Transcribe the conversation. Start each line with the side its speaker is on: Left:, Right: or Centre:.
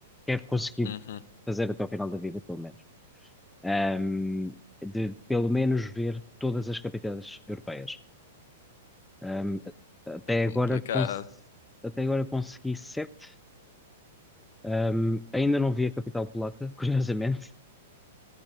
Centre: quero conseguir
Left: Uhum.
Centre: fazer até ao final da vida, pelo menos. Um, de, pelo menos, ver todas as capitais europeias. Um, a- até
Left: É Complicado.
Centre: agora, cons- até agora consegui sete, Um, ainda não vi a capital polaca, <laughs> curiosamente,